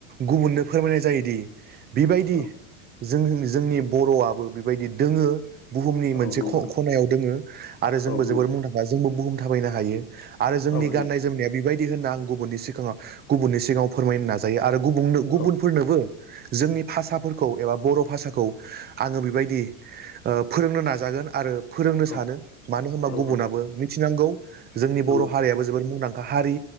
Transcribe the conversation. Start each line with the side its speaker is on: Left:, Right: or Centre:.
Right: गुबुननो फोरमाय नाय जायोदि बेबायदि
Left: औ
Right: जों जोंनि बर'आबो बेबायदि दोङो बुहुमनि
Left: औ
Right: मोनसे
Left: नंगौ
Right: खनायाव दोङो आरो जोंबो
Left: औ
Right: जोबोर
Left: नंगौ
Right: मुंदांखा जोंबो बुहुम थाबायनो हायो आरो जोंनि
Left: औ
Right: गाननाय
Left: हायो
Right: जोमनाया बेबायदि होनना आं गुबुननि सिगाङाव गुबुननि सिगाङाव फोरमायनो नाजायो आरो गुबुननो गुबुनफोरनोबो
Left: औ
Right: जोंनि भाषाफोरखौ एबा बर' भाषाखौ आङो बेबायदि ओ फोरोंनो नाजा गोन आरो फोरोंनो
Left: औ
Right: सानो मानो होनबा
Left: औ
Right: गुबुनाबो
Left: औ
Right: मिथिनांगौ जोंनि बर'
Left: नंगौ
Right: हारियाबो जोबोर मुंदांखा हारि